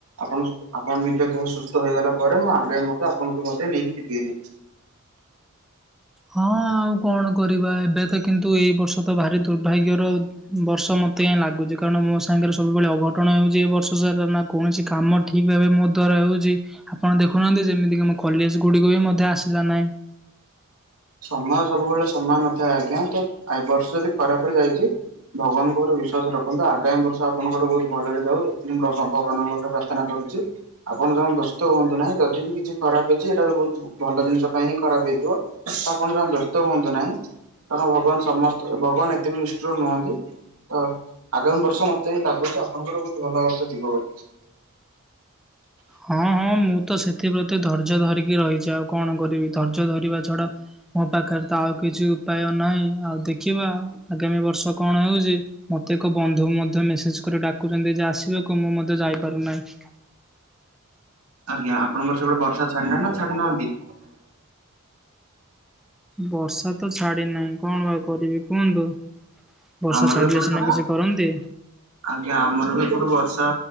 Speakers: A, on the right (about 85°); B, in the centre.
A: ଆପଣ ଆପଣ ନିଜ ଦେହ ସୁସ୍ଥ ହେଇଗଲା ପରେ ମୁଁ ଆଗେ ମଧ୍ୟ ଆପଣଙ୍କୁ ମଧ୍ୟ ନେଇକି ଯିବିହାରି।
B: ହଁ ଆଉ କଣ କରିବା ଏବେ ତ କିନ୍ତୁ ଏଇ ବର୍ଷ ତ ଭାରି ଦୁର୍ଭାଗ୍ୟର ବର୍ଷ ମତେ ଏଁ ଲାଗୁଛି କାରଣ ମୋ ସାଙ୍ଗରେ ସବୁବେଳେ ଅଘଟଣ ହେଉଛି ଏ ବର୍ଷ ସ ନା କୌଣସି କାମ ଠିକ ଭାବେ ମୋ ଦ୍ଵାରା ହେଉଛି ଆପଣ ଦେଖୁନାହାନ୍ତି ଯେମିତିକି ଆମ କଲେଜ ଗୁଡିକ ବି ମଧ୍ୟ ଆସିଲା ନାହିଁ।
A: ସମୟ ସବୁବେଳେ ସମୟ ନଥାଏ ଆଜ୍ଞା ତ ଏ ବର୍ଷ ଯଦି ଖରାପ ରେ ଯାଇଛି ଭଗବାନଙ୍କ ଉପରେ ବିଶ୍ବାସ ରଖନ୍ତୁ ଆଗାମୀ ବର୍ଷ ଆପଣଙ୍କର ବହୁତ ଭଲରେ ଯାଉ ଏଥି ଭଗବାନଙ୍କ ପ୍ରାର୍ଥନା ପ୍ରାର୍ଥନା କରୁଛି ଆପଣ ଯମା ବ୍ୟସ୍ତ ହୁଅନ୍ତୁ ନାହିଁ ଯଦି ବି କିଛି ଖରାପ ହେଇଛି ଏଇଟା ବି ବହୁତ ଭଲ ଜିନିଷ ପାଇଁ ହିଁ ଖରାପ ହେଇଥିବ ଆପଣ ଯମା ବ୍ୟସ୍ତ ହୁଅନ୍ତୁ ନାହିଁ କାରଣ ଭଗବାନ ସମସ୍ତ ଭଗବାନ ଏତେ ବି ନିଷ୍ଠୁର ନୁହନ୍ତି ତ ଆଗାମୀ ବର୍ଷ ମତେ ବି ଲାଗୁଛି ଆପଣଙ୍କର ବହୁତ ଭଲ ବର୍ଷ ଯିବ ବୋଲି
B: ହଁ ହଁ ମୁଁ ତ ସେଥିପ୍ରତି ଧୈର୍ଯ୍ୟ ଧରିକି ରହିଛି ଆଉ କଣ କରିବି ଧୈର୍ଯ୍ୟ ଧରିବା ଛଡା ମୋ ପାଖରେ ତ ଆଉ କିଛି ଉପାୟ ନାହିଁ ଆଉ ଦେଖିବା ଆଗାମୀ ବର୍ଷ କଣ ହେଉଛି ମତେ ପ୍ରତ୍ୟେକ ବନ୍ଧୁ ମଧ୍ୟ ମେସେଜ କରି ଡାକୁଛନ୍ତି ଯେ ଆସିବେ କ ମୁଁ ମଧ୍ୟ ଯାଇପାରୁନାହିଁ
A: ଆଜ୍ଞା ଆପଣଙ୍କ ସେପଟେ ବର୍ଷା ଛାଡ଼ିଲାନି ନା ଛାଡିନାହାନ୍ତି
B: ବର୍ଷା ତ ଛାଡି ନାହିଁ କଣ ବା କରିବି କୁହନ୍ତୁ ବର୍ଷା
A: ଆମର
B: ଛାଡିଲେ
A: ବି ଏପଟେ
B: ସିନା କିଛି କରନ୍ତି।
A: ଆଜ୍ଞା ଆମର ବି ଏପଟୁ ବର୍ଷା